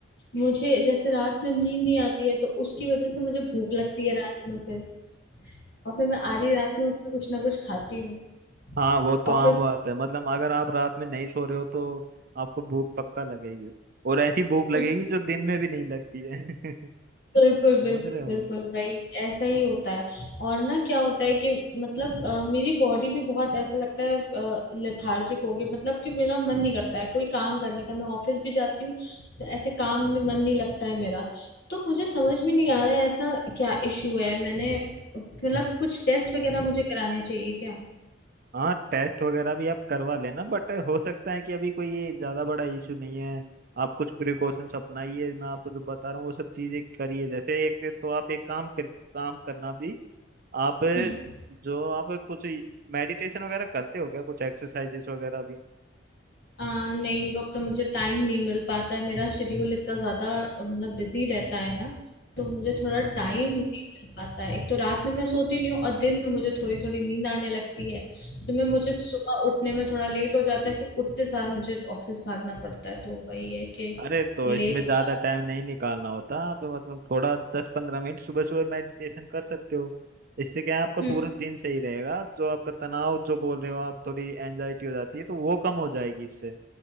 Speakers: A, on the left; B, on the right.
A: मुझे जैसे रात में नींद नहीं आती है तो उसकी वजह से मुझे भूख लगती है रात में फिर और फिर मैं आधी रात में उठ के कुछ ना कुछ खाती हूँ
B: हाँ वो तो
A: और
B: आम
A: फिर
B: बात है मतलब अगर आप रात में नहीं सो रहे हो तो आपको भूख पक्का लगेगी और ऐसी भूख लगेगी
A: हम्म,
B: जो दिन में भी नहीं लगती है <laughs>
A: बिल्कुल
B: समझ
A: बिल्कुल
B: रहे हो
A: बिल्कुल भाई ऐसा ही होता है और ना क्या होता है कि मतलब अ, मेरी बॉडी भी बहुत ऐसा लगता है लेथार्जिक हो गई मतलब कि मेरा मन नहीं करता है कोई काम करने का मैं ऑफिस भी जाती हूँ तो ऐसे काम में मन नहीं लगता है मेरा तो मुझे समझ में नहीं आ रहा है ऐसा क्या इशू है मैंने मतलब कुछ टेस्ट वगैरह मुझे कराने चाहिए क्या
B: हाँ टेस्ट वगैरह भी आप करवा लेना बट हो सकता है कि अभी कोई ये ज्यादा बड़ा इशू नहीं है आप कुछ प्रिकॉशंस अपनाइए मैं आपको जो बता रहा हूँ वो सब चीजें करिए जैसे एक तो आप एक काम कर, काम करना भी आप
A: हम्म
B: जो आप कुछ मेडिटेशन वगैरह करते हो क्या कुछ एक्सरसाइजेस वगैरह भी
A: आ, नहीं डॉक्टर मुझे टाइम नहीं मिल पाता है मेरा शेड्यूल इतना ज्यादा अ, मतलब बिजी रहता है ना तो मुझे थोड़ा
B: हाँ
A: टाइम नहीं मिल पाता है एक तो रात में मैं सोती नहीं हूँ और दिन में मुझे थोड़ी थोड़ी नींद आने लगती है तो मैं मुझे सुबह उठने में थोड़ा लेट हो जाता है फिर उठते सार मुझे ऑफिस भागना पड़ता है तो वही है कि
B: अरे तो
A: लेट
B: इसमें
A: हो
B: ज्यादा
A: जाता
B: टाइम नहीं निकालना होता आप मतलब थोड़ा दस पंद्रह मिनट सुबह सुबह मेडिटेशन कर सकते हो इससे क्या है आपका
A: है। हम्म
B: पूरा दिन सही रहेगा जो आपका तनाव जो बोल रहे हो आप थोड़ी एंजाइटी हो जाती है तो वो कम हो जाएगी इससे